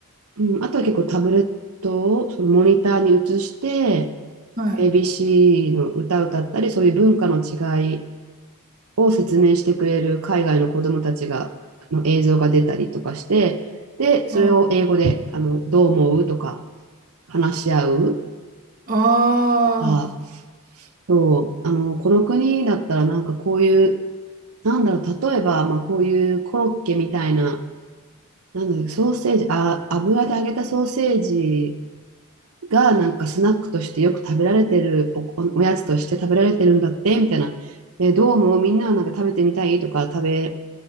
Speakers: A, on the right; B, on the right.
A: うん、あとは結構タブレットをそのモニターに移して、
B: うん。はい。
A: ABC の歌を歌ったり、そういう文化の違いを説明してくれる海外の子どもたちがの映像が出たりとかして、で、それを英語であのどう思うとか
B: あ
A: 話し合う
B: あ。ああ。
A: とか、そうあのこの国だったらなんかこういう、なんだろう、例えば、まあ、こういうコロッケみたいな、なんだろう、ソーセージ、あ、油で揚げたソーセージがなんかスナックとしてよく食べられてるお、おおやつとして食べられてるんだってみたいな、えーどうもみんななんか食べてみたいとか食べ、